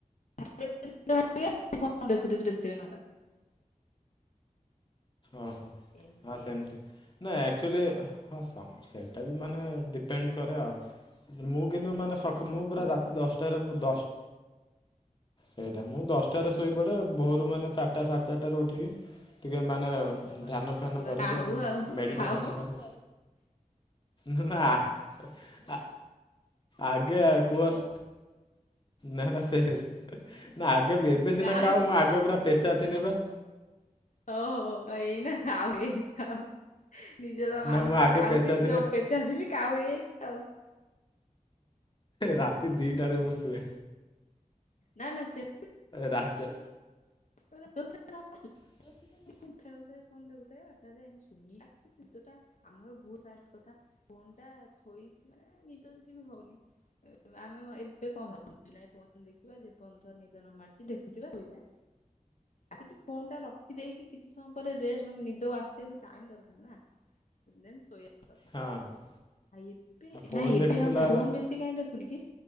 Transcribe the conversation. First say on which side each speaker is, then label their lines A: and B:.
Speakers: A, on the left; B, on the left.
A: <unintelligible> ଫୋନ ଦେଖୁଥିବି ଦେଖୁଥିବି ନଟା ପଯ୍ୟନ୍ତ।
B: ଓହୋ
A: ଏମିତି
B: ହଁ ସେମତି।
A: ଆଉ
B: ନା ଆକ୍ଚୁଆଲି ହଁ ସେଇଟା ବି ମାନେ ଡିପେଣ୍ଡ କରେ ଆଉ। ମୁଁ କିନ୍ତୁ ମାନେ ସକ
A: ସମସ୍ତଙ୍କର
B: ମୁଁ ପୁରା ରାତି ଦଶଟାରେ ମୁଁ ଦଶ ସେଇଟା ମୁଁ ଦଶଟାରେ ଶୋଇପଡ଼େ ଭୋରୁ ମାନେ ଚାରିଟା ସାଢ଼େ ଚାରିଟାରେ ଉଠିକି ଟିକେ ମାନେ
A: ଇଲୋ ବା
B: ଧ୍ୟାନ ଫ୍ୟାନ
A: ପୁରା
B: କରେ
A: କାହୁ
B: ଟିକେ
A: ଆଉ
B: ମେଡ଼ିଟେସନ୍
A: କାହୁ
B: କରେ। ନା ନା। ଆ- ଆଗେ କୁହନ୍ ନା ନା ସେ ନା ଆଗେ ଏବେ ସିନା
A: କାହୁକୁ
B: କାଉ ମୁଁ ଆଗେ ପୁରା ପେଚା ଥିଲି ବା।
A: ହଉ ଏଇନା ଖାଉ ଏଇ ଖାଉ ନିଜେ ତ ମାନୁଛ
B: ନା ମୁଁ ଆଗେ
A: କାଉଥିଲି
B: ପେଚା ଥିନି।
A: ଯଉ ପେଚା ଥିଲି କାଉ ହେଇଯାଇଛି ଆଉ।
B: ରାତି ଦିଟାରେ ମୁଁ ଶୁଏ।
A: ନା ନା ସେ
B: ରାତ
A: <inaudible>
B: <unintelligible>
A: ଖେଳଉଥାଏ ଫୋନ ଦେଖୁଥାଏ, ବାରଟା ରେ ଯାଇଁ ସୁଏ <unintelligible> ଆମର ଭୁଲ ଫାଷ୍ଟ କଥା। ଫୋନ୍ ଟା ଥୋଇକି ମାନେ ନିିଦ ଯଦି ବି ହଉନି। ଆମେ ଏବେ କଣ ଭାବୁଛୁ ନାଇ ଫୋନ ଦେଖିବା ଯେପର୍ଯ୍ୟନ୍ତ ନିଦ ନ ମାଡିଛି ଦେଖୁଥିବା ଶୋଇବା ଆଉ। ଆକଚୁଆଲି ଫୋନ୍ ଟା ରଖିଦେଇକି କିଛି ସମୟ ପରେ ରେ ନିଦ ଆସେ ଟାଇମ ଦରକାର ନା ଦେନ୍ ଶୋଇବା କଥା।
B: ହଁ ଆଉ
A: ଆଉ ଏବେ
B: ଫୋନ୍
A: ନାଇଁ ଏବେ
B: ଦେଖୁଥିଲା
A: ଆଉ ଫୋନ
B: ବେଳେ
A: ବେଶୀ କାହିଁ ଦେଖୁନି କି